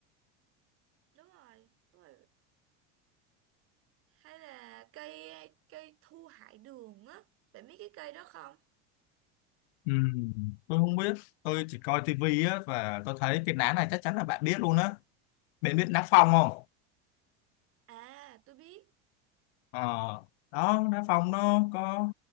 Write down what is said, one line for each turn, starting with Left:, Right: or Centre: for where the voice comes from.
Right: đúng rồi đúng rồi hay là cây cây thu hải đường á bạn biết cái cây đó không
Left: ừ, tôi không biết tôi chỉ coi tivi á và tôi thấy cái lá này chắc chắn là bạn biết luôn á bạn biết lá phong không
Right: à tôi biết
Left: Ờ, đó lá phong nó có